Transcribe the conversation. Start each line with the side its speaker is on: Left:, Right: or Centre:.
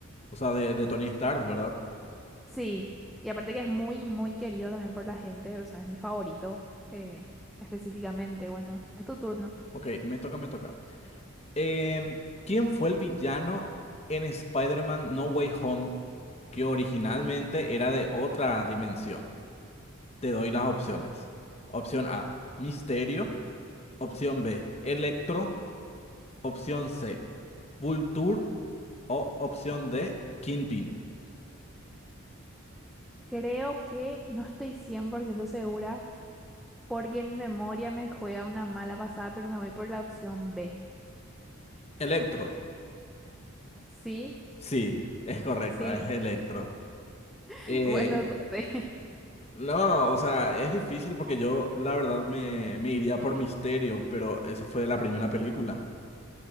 Left: o sea, de, de Tony Stark, ¿verdad?
Centre: Sí, y aparte que es muy, muy querido también por la gente, o sea, es mi favorito, eh, específicamente. Bueno, es tu turno.
Left: Ok, me toca, me toca. Em, ¿quién fue el villano en Spider-Man No Way Home que originalmente era de otra dimensión? Te doy las opciones. Opción A, Misterio. Opción B, Electro. Opción C, Vulture. O opción D, Kingpin.
Centre: Creo que no estoy 100% segura porque mi memoria me juega una mala pasada, pero me voy por la opción B.
Left: Electro.
Centre: Sí,
Left: Sí, <laughs> es correcta,
Centre: sí,
Left: es Electro.
Centre: <laughs>
Left: Eh,
Centre: bueno, dudé.
Left: no, o sea, es difícil porque yo la verdad me, me iría por Misterio, pero eso fue la primera película.